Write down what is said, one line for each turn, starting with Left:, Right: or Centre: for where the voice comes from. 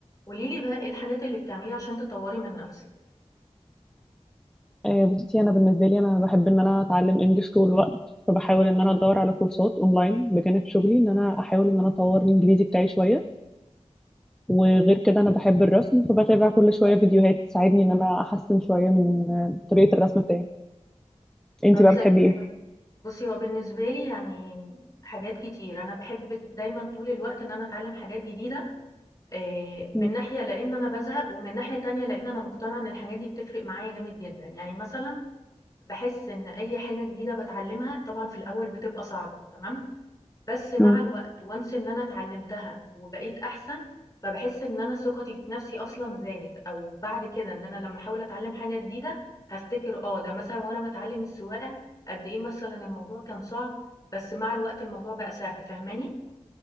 Left: قولي لي بقى إيه الحاجات اللي بتعمليها عشان تطوري من نفسِك؟
Centre: آه، بصي انا بالنسبه لي انا بحب ان انا اتعلم انجليش طول الوقت فبحاول ان انا ادور على كورسات اونلاين بجانب شغلي ان انا احاول ان انا اطور الانجليزي بتاعي شويه وغير كده انا بحب الرسم فبتابع كل شويه فيديوهات تساعدني ان انا احسن شويه من آه، طريقه الرسم بتاعي انتي
Left: طب
Centre: بقى
Left: زي
Centre: بتحبي
Left: الفل.
Centre: ايه
Left: بُصّي، هو بالنسبة لي يعني حاجات كتير، أنا باحب دايمًا طول الوقت إن أنا أتعلم حاجات جديدة، آآ، من
Centre: مم.
Left: ناحية لإن أنا بازهق، ومن ناحية تانية لإن أنا مقتنعة إن الحاجات دي بتفرق معايا جامد جدًا، يعني مثلًا باحس إن أي حاجة جديدة باتعلمها طبعًا في الأول بتبقى صعبة، تمام؟ بس مع
Centre: مم.
Left: الوقت once إن أنا اتعلمتها وبقيت أحسن، فباحس إن أنا ثقتي في نفسي أصلًا زادت، أو بعد كده إن أنا لمّا أحاول أتعلم حاجة جديدة هافتكر آه، ده مثلًا وأنا باتعلم السواقة قد إيه مثلًا الموضوع كان صعب، بس مع الوقت الموضوع بقى سهل، فاهماني؟